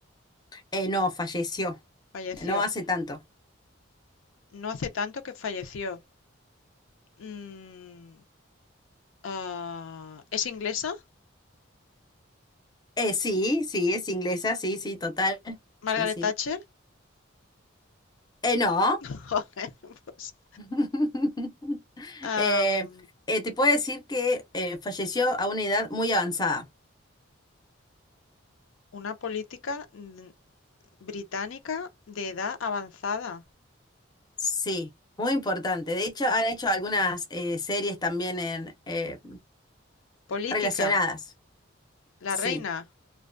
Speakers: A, on the left; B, on the left.
A: Eh, no, falleció.
B: Falleció.
A: No hace tanto.
B: No hace tanto que falleció. Mm, ah, ¿es inglesa?
A: Eh, sí, sí, es inglesa, sí, sí, total.
B: Margaret
A: Sí, sí.
B: Thatcher.
A: Eh, no.
B: Joder, <laughs> pues,
A: <laughs>
B: am,
A: Eh, eh, te puedo decir que eh, falleció a una edad muy avanzada.
B: una política n- británica de edad avanzada.
A: Sí, muy importante. De hecho, han hecho algunas eh, series también en, eh,
B: Política,
A: relacionadas.
B: la
A: Sí.
B: reina.